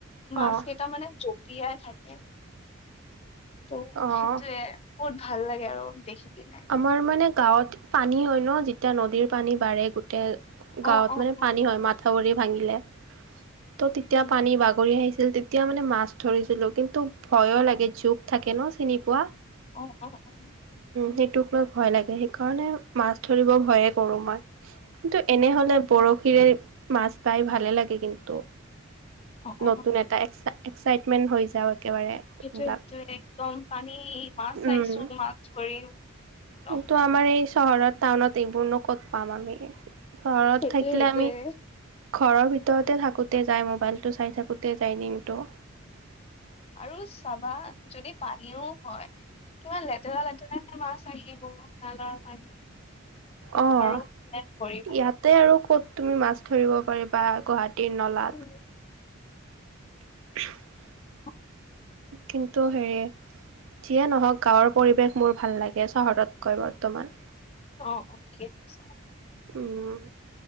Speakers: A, on the left; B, on the right.
A: মাছকেইটা
B: অ'
A: মানে জঁপিয়াই থাকে ত'
B: অ'।
A: সেইটোৱে। ভাল লাগে আৰু দেখি কিনে।
B: আমাৰ মানে, গাঁৱত পানী হয় ন' যেতিয়া নদীৰ পানী বাঢ়ে, গোটেই। গাঁৱত
A: অ অ
B: মানে,
A: অ
B: পানী হয়। মাথাউৰি ভাঙিলে। ত' তেতিয়া,
A: উম
B: পানী বাগৰি আহিছিল। তে এতিয়া মানে, মাছ ধৰিছিলোঁ। কিন্তু, ভইয়ো লাগে, জোখ থাকে ন' চিনি পোৱা।
A: অ' অ' অ'! উম।
B: সেইটোক লৈ ভয় লাগে, সেইকাৰণে মাছ ধৰিব ভইয়ে কৰোঁ মই। কিন্তু,
A: উম
B: এনে
A: উম
B: হ'লে বৰশীৰে মাছ বাই ভালে লাগে, কিন্তু!
A: অ অ
B: নতুন এটা <unintelligible> এক্সাইটমেণ্ট হৈ যাওঁ, একেবাৰে। এইবিলাক
A: সেইটোৱে-সেইটোৱে। একদম, পানী মাছ
B: উম
A: চাইছোঁ, মাছ ধৰিম। একদম
B: কিন্তু, আমাৰ এই চহৰত, টাউনত, এইবোৰনো ক'ত পাম আমি। চহৰত
A: সেইটোয়ে
B: থাকিলে,
A: সেইটোয়ে
B: আমি ঘৰৰ ভিতৰতে, থাকোঁতে যাই, মোবাইলটো চাই থাকোঁতে যাই, দিনটো।
A: আৰু চাবা, যদি পানীও হয় কিমান লেতেৰা, লেতেৰাকে মাছ আহিব, নালৰ পানী। সেইটো
B: অ'! ইয়াত
A: আৰু কোনে ধৰিব।
B: ইয়াতে আৰু ক'ত, তুমি মাছ ধৰিব পাৰিবা, গুৱাহাটীৰ নলা?
A: উম!
B: <unintelligible>
A: অ
B: কিন্তু হেৰি, যিয়ে নহওঁক, গাঁৱৰ পৰিৱেশ মোৰ ভাল লাগে! চহৰতকৈ বৰ্তমান।
A: অ' অ'! ঠিকে কৈছা।
B: উম!